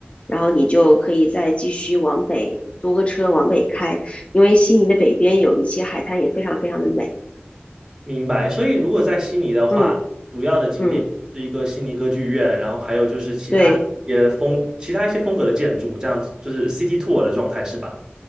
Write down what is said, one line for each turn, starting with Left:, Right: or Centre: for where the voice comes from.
Left: 然后你就可以再继续往北，租个车往北开，因为悉尼的北边有一些海滩也非常非常的美。
Right: 明白。所以如果在悉尼的话，
Left: 嗯
Right: 主要的景点是一个悉尼歌剧院，
Left: 嗯，
Right: 然后还有就是其他一些风其他一些风格的建筑，
Left: 对。
Right: 这样子就是 City Tour 的状态是吧？